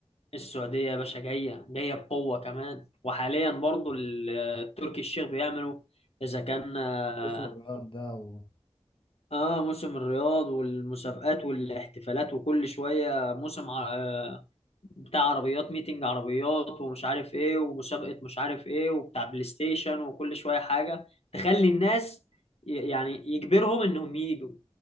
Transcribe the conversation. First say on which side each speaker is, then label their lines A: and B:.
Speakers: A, on the left; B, on the left.
A: السعودية يا باشا جاية جاية بقوة كمان وحاليا برضو ال- التركي الشيخ بيعملوا إذا كان آه
B: موسم الرياض ده و...
A: آه، موسم الرياض والمسابقات والاحتفالات وكل شوية موسم ع- آه بتاع عربيات ميتنج عربيات ومش عارف إيه ومسابقة مش عارف إيه وبتاع بلاي ستيشن وكل شوية حاجة تخلي الناس ي- يعني يجبرهم إنهم يجوا